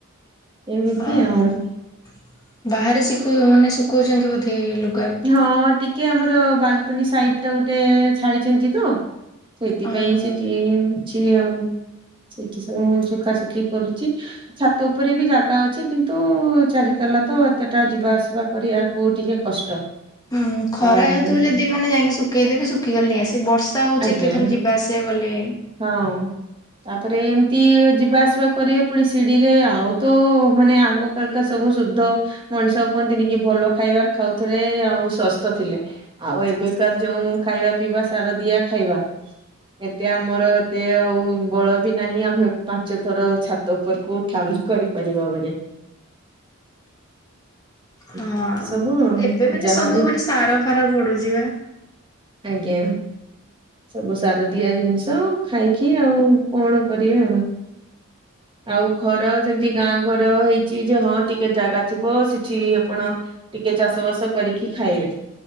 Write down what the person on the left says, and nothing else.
ଓହ,
ବାହାରେ ଶିଖ ମାନେ ଶିଖଉଚନ୍ତି ବୋଧେ ଲୋକ- -
ଓହୋ।
ହୁଁ, ଖରା
ହେଉଥିବ ଯଦି ମାନେ ଯାଇକି ଶୁଖେଇଦେବେ ଶୁଖିଗଲେ ନେଇ ଆସିବେ ବ ର୍ଷା ହଉଚି
ଏତେ ଥୋର ଯିବା ଆସିବା କଲେ।
ହଁ,
ଏବେ ମାନେ
ସବୁ ମାନେ ସାର ଫାର ପଡୁଚି ବା।